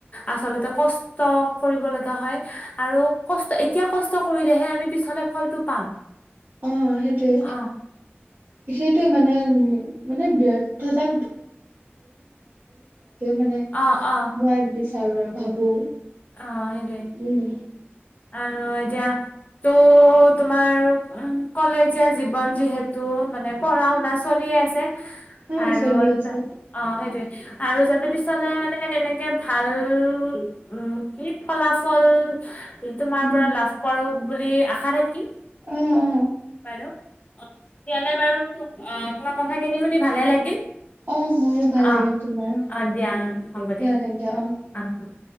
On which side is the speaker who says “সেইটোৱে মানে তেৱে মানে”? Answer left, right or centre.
Right